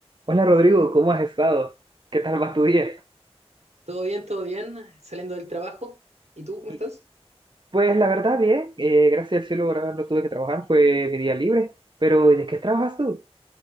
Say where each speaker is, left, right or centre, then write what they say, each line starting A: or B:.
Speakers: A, on the right; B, on the right.
A: Hola Rodrigo, ¿cómo has estado? ¿Qué tal va tu día?
B: Todo bien, todo bien, saliendo del trabajo. ¿Y tú cómo
A: Y,
B: estás?
A: Pues la verdad, bien. Eh, gracias al cielo, ahora no tuve que trabajar, fue mi día libre. Pero ¿y ¿de qué trabajas tú?